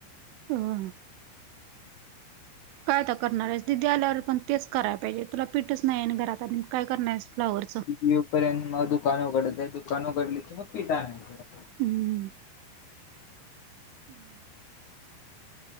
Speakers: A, on the right (about 80°); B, on the left (about 50°).
A: होय. काय आता करणार आहेस, दिदी आल्यावर पण तेच करायला पाहिजे तुला पीठच नाही घरात आणि मग काय करणार आहेस फ्लाँवरचं?
B: येऊ पर्यंत म दुकान उघडते, दुकान उघडले की म पिठं आणायचं.
A: हम् <unintelligible>